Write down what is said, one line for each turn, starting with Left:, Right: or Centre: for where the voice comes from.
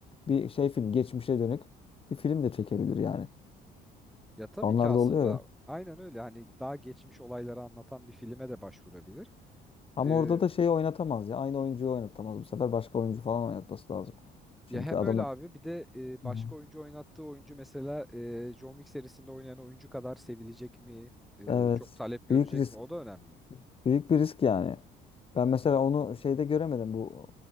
Left: Bir şey film geçmişe dönük bir film de çekebilir yani.
Centre: Ya tabii
Left: Onlar
Centre: ki aslında
Left: da oluyor ya.
Centre: aynen öyle hani daha geçmiş olayları anlatan bir filme de başvurabilir.
Left: Ama
Centre: Ee,
Left: orada da şeyi oynatamaz ya. Aynı oyuncuyu oynatamaz. Bu sefer başka oyuncu falan oynatması lazım. Çünkü
Centre: ya hem
Left: adamın
Centre: öyle abi bir de e,
Left: hı.
Centre: başka oyuncu oynattığı oyuncu mesela e, John Wick serisinde oynayan oyuncu kadar sevilecek mi? E,
Left: evet
Centre: çok talep görecek
Left: büyük risk
Centre: mi? O da önemli.
Left: Büyük bir risk yani. Ben mesela onu şeyde göremedim. Bu